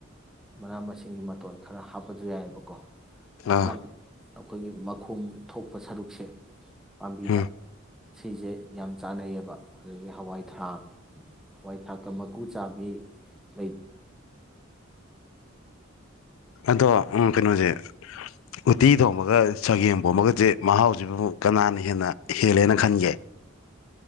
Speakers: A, in the centre; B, on the left.
A: ꯃꯅꯥ ꯃꯁꯤꯡꯒꯤ ꯃꯇꯣꯟ ꯈꯔ ꯍꯥꯞꯄꯁꯨ ꯌꯥꯏꯑꯕꯀꯣ꯫ <unintelligible>
B: ꯑꯥ
A: ꯑꯩꯈꯣꯏꯒꯤ ꯃꯈꯣꯝ ꯊꯣꯛꯄ ꯁꯔꯨꯛꯁꯦ ꯄꯥꯝꯕꯤꯗ
B: ꯎꯝ
A: ꯁꯤꯁꯦ ꯌꯥꯝ ꯆꯥꯟꯅꯩꯑꯌꯦꯕ ꯑꯗꯒꯤ ꯍꯋꯥꯏ ꯊꯔꯥꯛ ꯍꯋꯥꯏ ꯊꯔꯛ ꯀꯥ ꯀꯨ ꯆꯥꯕꯤ ꯂꯩ
B: ꯑꯗꯣ ꯎ ꯀꯩꯅꯣꯁꯦ ꯎꯠꯇꯤ ꯊꯣꯡꯕꯒ ꯆꯒꯦꯝ ꯄꯣꯝꯒꯁꯦ ꯃꯍꯥꯎꯁꯤꯕꯨꯛ ꯀꯅꯥꯅ ꯍꯦꯟꯅ ꯍꯦꯜꯂꯦꯅ ꯈꯟꯒꯦ?